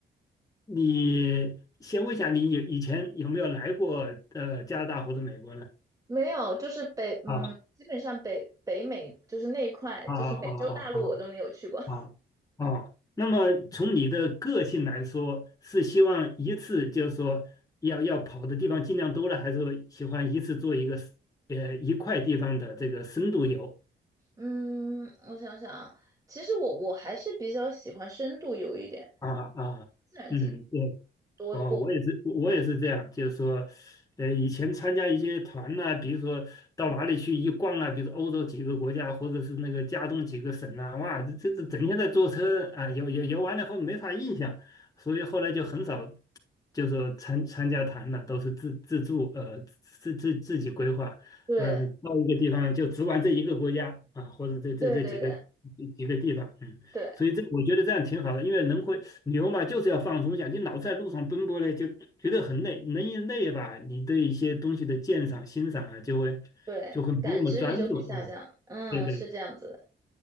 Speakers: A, on the left; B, on the right.
A: 你先问一下，你以以前有没有来过呃加拿大或者美国呢？
B: 没有，就是北嗯，
A: 啊
B: 基本上北北美就是那一块，
A: 啊啊啊啊
B: 就是美洲大陆我都没有去过。
A: 啊啊！啊那么从你的个性来说，是希望一次就是说要要跑的地方尽量多了，还是说喜欢一次做一个呃一块地方的这个深度游？
B: <laughs> 嗯，我想想啊，其实我我还是比较喜欢深度游一点，
A: 啊啊，
B: 自然景
A: 嗯，对
B: 多过。
A: 哦，我也是，我也是这样，就是说，呃，以前参加一些团呐、比如说到哪里去一逛啊，比如说欧洲几个国家，或者是那个加东几个省呐、哇，这这这整天在坐车啊，游游游完了以后没啥印象，所以后来就很少，就说参参加团了，都是自自助，呃，自自自己规划，
B: 对
A: 嗯，到一个地方就只玩这一个国家啊，或者这这这几个几几个地方，
B: 对对对
A: 嗯。
B: 对。
A: 所以这我觉得这样挺好的，因为人会旅游嘛，就是要放松一下。你老在路上奔波呢，就觉得很累，人一累吧，你对一些东西的鉴赏、欣赏啊，就会
B: 对，
A: 就会没那么专注啊。
B: 感知力就会下降。嗯，
A: 对对，
B: 是这样子的，